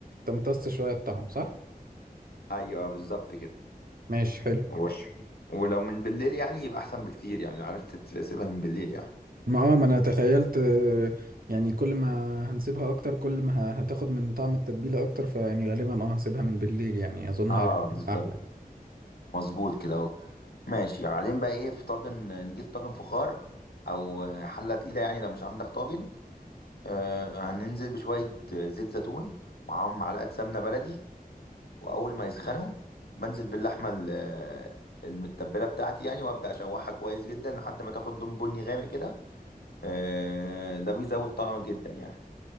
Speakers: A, on the right (about 65°); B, on the left (about 80°).
A: تمتص شويه الطعم صح
B: ايوه بالظبط كده
A: ماشي حلو
B: و... ماشي ولو من بالليل يعني يبقى احسن بكتير يعني عرفت تسيبها من بالليل يعني
A: ما اه ما انا تخيلت آه، يعني كل ما هنسيبها اكتر كل ما ه- هتاخد من طعم التتبيله اكتر فيعني غالبا اه هسيبها من بالليل يعني اظن
B: اه
A: هيبقى
B: بالظبط
A: احلى يعني.
B: مظبوط كده اهو ماشي بعدين بقى ايه في طاجن نجيب طاجن فخار او حله تقيله يعني لو مش عندك طاجن آه هننزل بشوية زيت زيتون معاهم معلقة سمنة بلدي وأول ما يسخنوا بنزل باللحمة ال- آه، المتبلة بتاعتي يعني وأبدأ أشوحها كويس جدا لحد ما تاخد لون بني غامق كده آه ده بيزود طعم جدا يعني